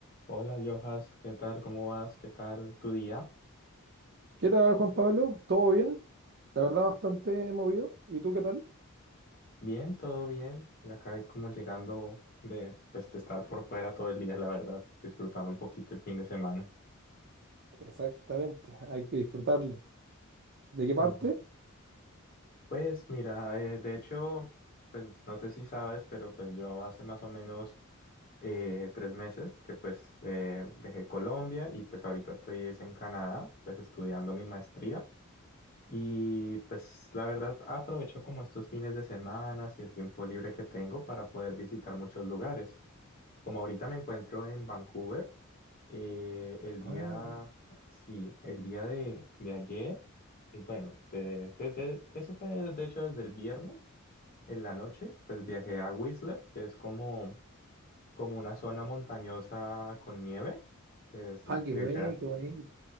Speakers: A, on the left; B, on the right.
A: Hola, Jojas, ¿qué tal? ¿Cómo vas? ¿Qué tal tu día?
B: ¿Qué tal, Juan Pablo? ¿Todo bien? La verdad, bastante movido. ¿Y tú qué tal?
A: Bien, todo bien. Acá como llegando de, pues, de estar por fuera todo el día, la verdad, disfrutando un poquito el fin de semana.
B: Exactamente, hay que disfrutarlo. ¿De qué parte?
A: Ujú. Pues mira, eh, de hecho, pues no sé si sabes, pero pues yo hace más o menos eh, tres meses que pues eh, dejé Colombia y pues ahorita estoy es en Canadá, pues estudiando mi maestría. Y pues la verdad aprovecho como estos fines de semana y el tiempo libre que tengo para poder visitar muchos lugares. Como ahorita me encuentro en Vancouver, eh, el día,
B: Ah, mira.
A: sí, el día de, de ayer, y bueno, de- desde- eso fue de hecho desde el viernes en la noche, pues viajé a Whistler, que es como, como una zona montañosa con nieve, que es-
B: Ah, qué
A: que
B: güey,
A: queda
B: qué bonito.